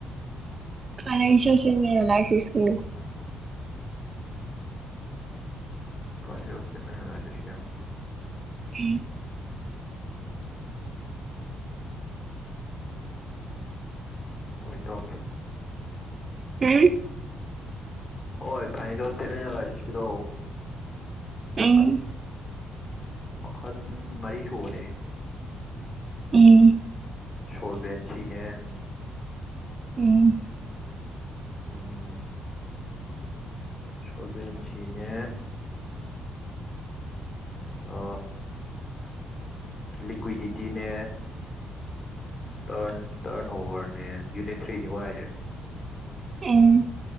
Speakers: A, on the right (about 35°); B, on the left (about 35°).
A: ꯐꯥꯏꯅꯦꯟꯁꯜꯁꯤꯛꯅꯦ ꯑꯦꯟꯂꯥꯏꯁꯤꯁꯀꯤ
B: ꯄ ꯔꯣꯁꯇ ꯃ ꯆꯁꯤꯌꯥ <unintelligible>
A: ꯎꯝ
B: ꯍꯣꯏ ꯇꯧꯔꯛꯀꯦ
A: ꯎꯝ
B: ꯍꯣꯏ ꯐꯥꯏꯅꯦꯖꫭꯖꯁ꯭ꯇꯦꯠꯑꯦꯟꯂꯥꯏꯁꯤꯁ ꯀꯤꯗꯣ ꯃꯈꯟ
A: ꯎꯝ
B: ꯃꯈꯟ ꯃꯔꯤ ꯁꯨꯕꯅꯦ
A: ꯎꯝ
B: ꯁꯣꯜꯕꯦꯟꯁꯤꯅꯦ
A: ꯎ
B: ꯎꯝ ꯁꯕꯦꯟꯁꯤꯅꯦ ꯑ ꯂꯤꯀ꯭ꯋꯤꯗꯤꯇꯤꯅꯦ ꯇꯟ ꯇꯔꯟ ꯑꯣꯚꯔꯅꯦ ꯌꯨꯅꯤꯠ ꯊ꯭ꯔꯤ ꯅꯤꯀꫭ ꯑꯩꯍꯥꯏꯖꯦ
A: ꯎꯝ